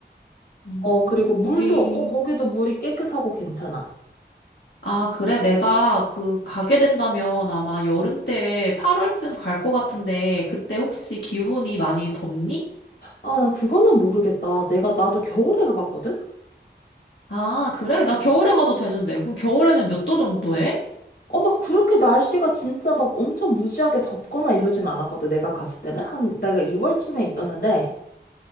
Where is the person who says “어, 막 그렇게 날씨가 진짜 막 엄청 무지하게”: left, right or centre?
Left